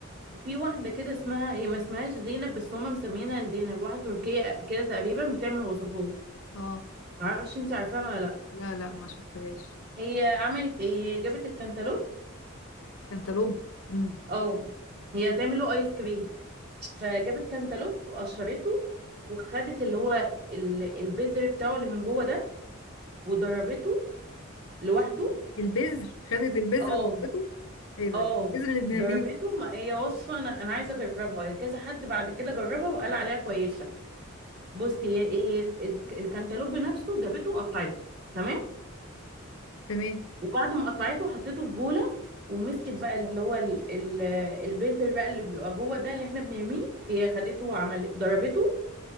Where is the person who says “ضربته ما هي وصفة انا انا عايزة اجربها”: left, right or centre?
Right